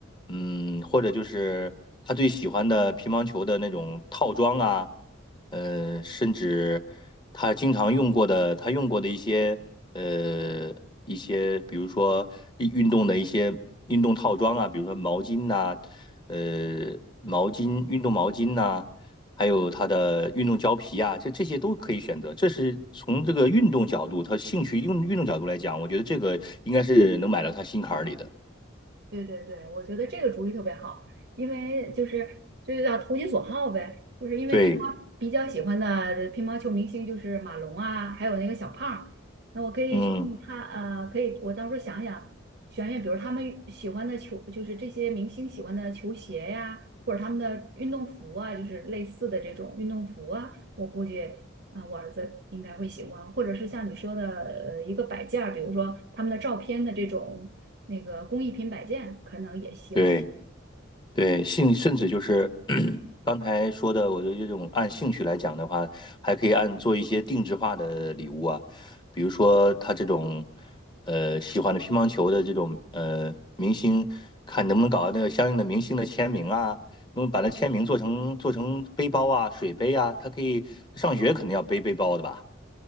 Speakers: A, on the left (about 20°); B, on the right (about 55°).
A: 嗯，或者就是他最喜欢的乒乓球的那种套装啊，呃，甚至他经常用过的，他用过的一些呃一些，比如说运运动的一些运动套装啊，比如说毛巾呐、呃，毛巾、运动毛巾呐、还有他的运动胶皮啊，这这些都可以选择。这是从这个运动角度，他兴趣用运动角度来讲，我觉得这个应该是能买到他心坎儿里的。
B: 对对对，我觉得这个主意特别好，因为就是这就叫投其所好呗，就是因为他比较喜欢的乒乓球明星就是马龙啊，
A: 对，
B: 还有那个小胖儿那我可以送他呃，
A: 嗯。
B: 可以我到时候想想选选，比如他们喜欢的球，就是这些明星喜欢的球鞋呀，或者他们的运动服啊，就是类似的这种运动服啊，我估计啊、呃我儿子应该会喜欢，或者是像你说的，呃，一个摆件儿比如说他们的照片的这种那个工艺品摆件，可能也行。
A: 对对，兴甚至就是 <clears throat> 刚才说的，我觉得这种按兴趣来讲的话，还可以按做一些定制化的礼物啊，比如说他这种呃喜欢的乒乓球的这种呃明星，看能不能搞到那个相应的明星的签名啊，能把那签名做成做成背包啊、水杯啊，他可以上学肯定要背背包的吧。